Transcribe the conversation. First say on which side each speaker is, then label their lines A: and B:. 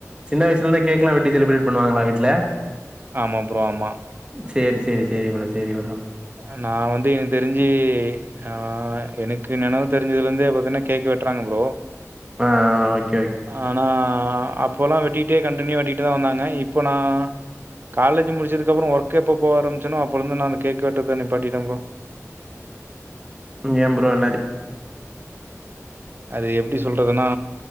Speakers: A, on the right; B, on the right.
A: சின்ன வயசுல இருந்தே கேக்லா வெட்டி செலிப்ரேட் பண்ணுவாங்களா வீட்ல
B: ஆமா ப்ரோ ஆமா
A: சேரி சேரி சேரி ப்ரோ சேரி ப்ரோ
B: அ நா வந்து எனக்கு தெரிஞ்சு ஆ எனக்கு நெனவு தெரிஞ்சதுல இருந்தே பாத்தீன்னா கேக் வெட்றாங்க ப்ரோ
A: ஆ ஆ ஓ
B: ஆனா அப்போல்லா வெட்டிட்டே கண்ட்டினியூ வெட்டிட்டுதா வந்தாங்க இப்ப நா காலேஜு முடிச்சதுக்கப்பறோ ஒர்க் எப்போ போக ஆரம்பிச்சனோ அப்போல இருந்து நானு கேக் வெட்றத நிப்பாட்டிட்டே ப்ரோ
A: ம் ஏன் ப்ரோ என்னாச்
B: அது எப்டி சொல்றதுன்னா